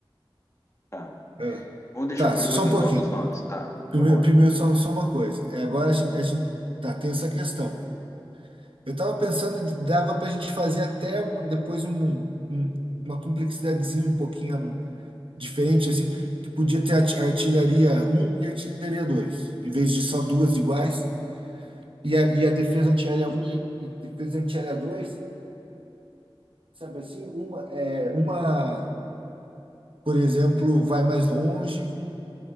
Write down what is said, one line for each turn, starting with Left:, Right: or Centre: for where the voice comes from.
Left: Tá.
Right: Ah,
Left: Vamos deixar
Right: Tá,
Left: por
Right: só
Left: Tá. enquanto
Right: um pouquinho.
Left: os, no- os nomes. Tá,
Right: Primeiro,
Left: vamos lá.
Right: primeiro só, só uma coisa. É, agora a gente, a gente- tá, tem essa questão. Eu tava pensando, de- dava pra gente fazer até um- depois um, um- um, uma complexidadezinha um pouquinho hum, diferente, assim, que podia ter a arti- artilharia um e artilharia 2, em vez de só duas iguais. E a, e a defesa antiaérea um e, e defesa antiaérea dois sabe assim? Uma, é, uma, por exemplo, vai mais longe,